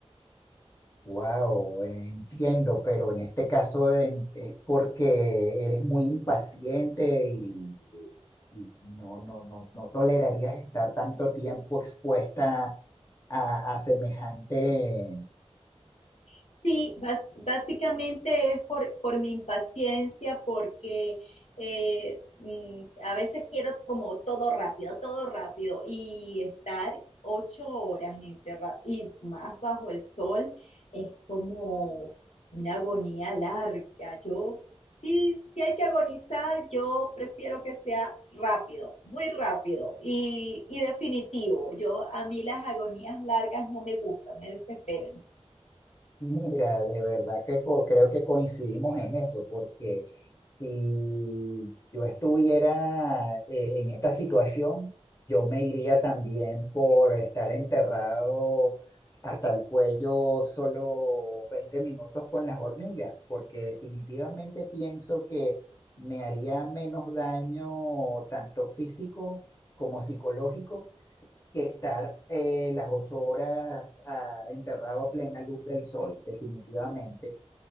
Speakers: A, on the left (about 30°); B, on the left (about 75°).
A: Wow, entiendo, pero en este caso en- es porque eres muy impaciente y, y no, no, no, no tolerarías estar tanto tiempo expuesta a, a semejante,
B: Sí, bas- básicamente es por, por mi impaciencia, porque eh, mm, a veces quiero como todo rápido, todo rápido, y estar ocho horas enterrado y más bajo el sol es como una agonía larga. Yo, sí, si hay que agonizar, yo prefiero que sea rápido, muy rápido y, y definitivo. Yo, a mí las agonías largas no me gustan, me desesperan.
A: Mira, de verdad que co- creo que coincidimos en eso, porque si yo estuviera eh, en esta situación, yo me iría también por estar enterrado hasta el cuello solo 20 minutos con las hormigas, porque definitivamente pienso que me haría menos daño tanto físico como psicológico que estar eh, las ocho horas ah, enterrado a plena luz del sol, definitivamente.